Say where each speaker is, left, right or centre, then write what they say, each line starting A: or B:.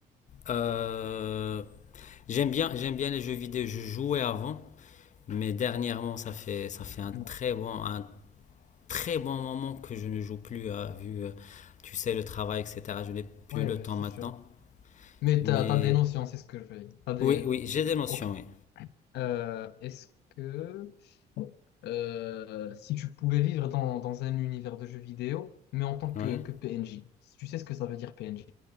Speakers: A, on the left; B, on the left.
A: Euh, j'aime bien, j'aime bien les jeux vidéo. Je jouais avant, mais dernièrement, ça fait, ça fait un
B: Non.
A: très bon, un très bon moment que je ne joue plus, euh, vu, euh, tu sais, le travail, etc. Je n'ai plus
B: Ouais,
A: le
B: ouais,
A: temps
B: c'est
A: maintenant.
B: sûr. Mais
A: Mais
B: t'as, t'as des notions, c'est ce que je veux dire. T'as des...
A: oui, oui, j'ai des notions,
B: Ok.
A: oui.
B: Euh, est-ce que euh, si tu pouvais vivre dans, dans un univers de jeux vidéo, mais en tant
A: Oui.
B: que, que PNJ, si tu sais ce que ça veut dire PNJ?